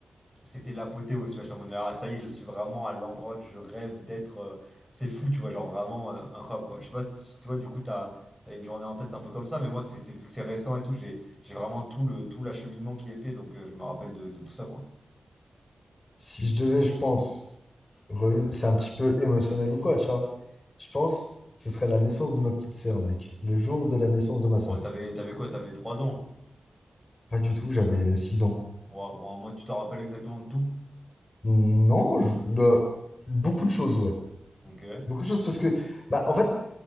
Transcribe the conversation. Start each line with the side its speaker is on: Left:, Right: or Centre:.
Centre: c'était l'apothéose, tu vois, j'étais en mode, ah, ça y est, je suis vraiment à l'endroit que je rêve d'être, euh, c'est fou, tu vois, genre vraiment euh, incroyable, quoi. Je sais pas si toi, du coup, t'as, t'as une journée en tête un peu comme ça, mais moi, c'est, c'est, vu que c'est récent et tout, j'ai, j'ai vraiment tout le, tout l'acheminement qui est fait, donc euh, je me rappelle de, de tout ça, quoi.
Left: Si je devais, je pense, re- c'est un petit peu émotionnel ou quoi, tu vois. Je pense, ce serait la naissance de ma petite sœur, mec. Le jour de la naissance de ma sœur.
Centre: Bon, t'avais, t'avais quoi? T'avais 3 ans.
Left: Pas du tout, j'avais 6 ans.
Centre: Ouais, bon, moi, tu t'en rappelles exactement de tout.
Left: Non, je- euh, beaucoup de choses, ouais.
Centre: Ok.
Left: Beaucoup de choses parce que, bah, en fait,